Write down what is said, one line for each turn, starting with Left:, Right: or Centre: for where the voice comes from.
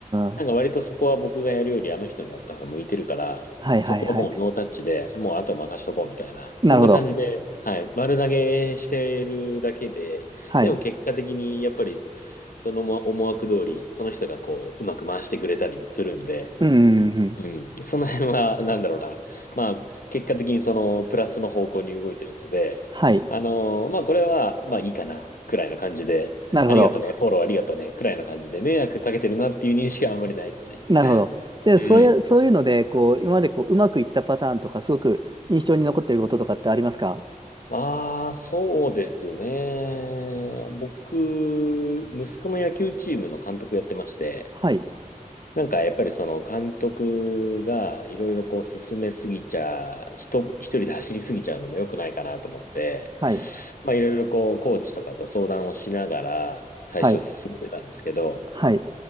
Right: ん。
Left: なんか割とそこは僕がやるよりあの人がやった方が向いてるから、
Right: はいはいはい。
Left: そこはもうノータッチで、もうあとは任しとこうみたいな、
Right: なるほど。
Left: そんな感じで、はい、丸投げしてるだけで、
Right: はい。
Left: でも結果的にやっぱりその思思惑通り、その人がこう、うまく回してくれたりもするんで、
Right: うんうんうん。
Left: うん、その辺はなんだろうな、まあ結果的にそのプラスの方向に動いてるので、
Right: はい。
Left: あのまあこれはまあいいかな、くらいの感じで、
Right: なるほど。
Left: ありがとね、フォローありがとね、くらいの感じで、迷惑かけてるなっていう認識はあんまりないですね。
Right: なるほど。で、
Left: うん。
Right: そういう、そういうので、こう、今までこう、うまくいったパターンとか、すごく印象に残っていることとかってありますか
Left: ああ、そうですね。僕、息子の野球チームの監督やってまして、
Right: はい。
Left: なんかやっぱりその監督がいろいろこう進めすぎちゃ、人、一人で走りすぎちゃうのも良くないかなと思って、
Right: はい。
Left: まあいろいろこうコーチとかと相談をしながら最初進めてたんですけど、
Right: はい。はい。